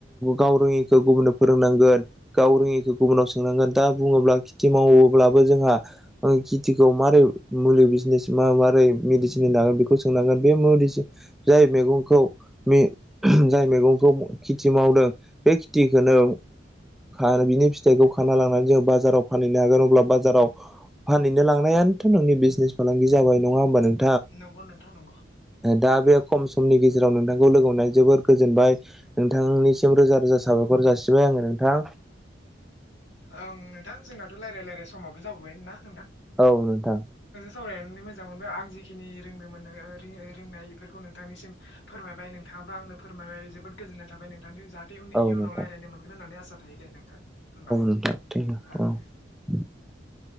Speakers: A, in the centre; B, on the left.
A: गाव रोङिखौ गुबुननो फोरोंनांगोन गाव रोङिखौ गुबुनाव सोंनांगोन दा बुङोब्ला खेथि मावोब्लाबो जोंहा खिथिखौ मारै मुलि बिजनेज मा मारै मेडिसिन होनो हांगोन बेखौ सोंनांगोन बे मुलि जाय मैगंखौ मे जाय मैगंखौ खेथि मावदों बे खेथिखौनो आरो बिनि फिथाइखौ खाना लांनानै जोङो बाजाराव फानहैनो हागोन अब्ला बाजाराव फानहैनो लांनायानोथ' नोंनि बिजनेस फालांगि जाबाय नङा होमबा नोंथां
B: नंगौ नोंथां नंगौ
A: दा बे खम समनि गेजेराव नोंथांखौ लोगो हमना जोबोर गोजोनबाय नोंथांनिसिम रोजा रोजा साबायखर जासिबाय आङो नोंथां
B: ओं नोंथां जोंनाथ' रायलाय रायलाय समाबो जाबोबाय ना नोंथां
A: औ नोंथां
B: सावरायनो मोजां मोनबाय आं जिखिनि रोंदोंमोन रि ओ रोंनाय बेफोरखौ नोंथांनिसिम फोरमायबाय नोंथां नोंथांङाबो आंनो फोरमायबाय जोबोद गोजोननाय थाब नोंथांनि जा ति
A: औ
B: इयुनाव
A: नोंथां
B: रायज्लायनो मोनगोन होननानै आसा थायो दे नोंथां होमबा
A: <unintelligible>
B: ओं दे
A: अ